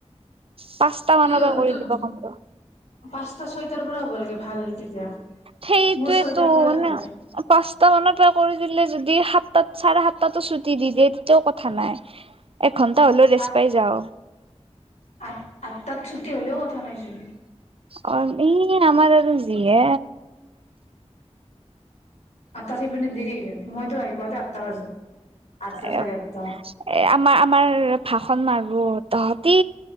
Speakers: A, on the right; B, on the left.
A: পাঁচটা মানৰ
B: ত
A: পৰা
B: সেইটো
A: কৰি দিব কম।
B: পাঁচটা ছয়টাৰ পৰা হ'ব লাগে ভাল তেতিয়া।
A: সেইটোয়েতো
B: মোৰ ছয়টাৰ পৰা
A: মানে
B: থাকে
A: পাঁচটা মানৰ পৰা কৰি দিলে যদি, যদি সাতটাত চাৰে সাতটাতো ছুটি দি দিয়ে, তেতিয়াও কথা নাই। এঘন্টা হ'লেও ৰেষ্ট
B: আ
A: পাই যাওঁ
B: আ আঠটাত ছুটি হলেও কথা নাই চোন।
A: অ এই আমাৰ আৰু যি হে।
B: আঠটা সেই পিনে দেৰি হৈগে। মইতো আহি পাওঁতে আঠটা বাজে আঠটা
A: এ
B: চাৰে আঠটা
A: এ আমাৰ আমাৰ ভাষণ মাৰ। আৰু তহঁতি